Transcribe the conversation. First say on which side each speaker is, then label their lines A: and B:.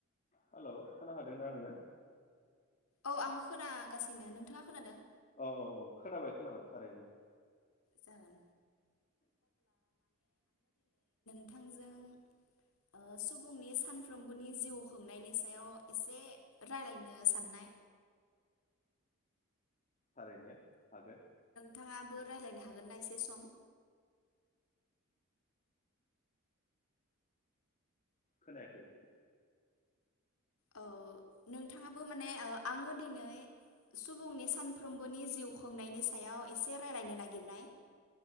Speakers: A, on the left; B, on the left.
A: हेलौ खोनाहादोंना नोङो?
B: औ आं खोनागासिनो नोंथाङा खोनादों?
A: औ औ औ खोनाबाय खोनाबाय थारैनो।
B: जागोन थांजों ओ सुब फुंनि सानफ्रोमबोनि जिउ खुंनायनि सायाव एसे राय्लायनो सान्नाय
A: थारैनो हागोन।
B: थाङाबो रायलायनो हागोन ना एसे सम?
A: खोनायाखै।
B: औ नोंथाङाबो माने ओ आङो दिनै सुबुंनि सानफ्रोमबोनि जिउ खुंनायनि सायाव एसे रायलायनो नागिरनाय।